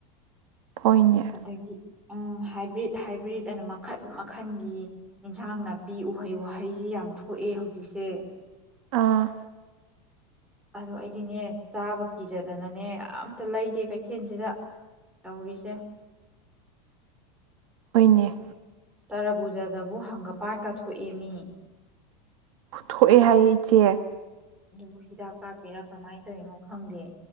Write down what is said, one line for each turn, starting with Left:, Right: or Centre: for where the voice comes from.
Right: ꯍꯣꯏꯅꯦ
Centre: ꯑꯗꯒꯤ ꯎꯝ ꯍꯥꯏꯕ꯭ꯔꯤꯠ ꯍꯥꯏꯕ꯭ꯔꯤꯠ ꯑꯅ ꯃꯈꯟ ꯃꯈꯟꯒꯤ ꯑꯦꯟꯁꯥꯡ ꯅꯥꯄꯤ ꯎꯍꯩ ꯋꯥꯍꯩꯁꯤ ꯌꯥꯝ ꯊꯣꯛꯑꯦ ꯍꯧꯖꯤꯛꯁꯦ
Right: ꯑꯥ
Centre: ꯑꯗꯣ ꯑꯩꯗꯤꯅꯦ ꯆꯥꯕ ꯀꯤꯖꯗꯅꯅꯦ ꯑꯝꯇ ꯂꯩꯗꯦ ꯀꯩꯊꯦꯜꯁꯤꯗ ꯇꯧꯔꯤꯁꯦ
Right: ꯍꯣꯏꯅꯦ
Centre: ꯇꯥꯔꯕꯣ <unintelligible> ꯗꯕꯨ ꯍꯪꯒꯄꯥꯟ ꯀꯥꯊꯣꯛꯑꯃꯤ
Right: ꯊꯣꯛꯑꯦ ꯍꯥꯏꯌꯦ ꯏꯆꯦ
Centre: ꯕꯨ ꯍꯤꯗꯥꯛ ꯀꯥꯞꯄꯤꯔꯥ ꯀꯃꯥꯏꯅ ꯇꯧꯔꯤꯅꯣ ꯈꯪꯗꯦ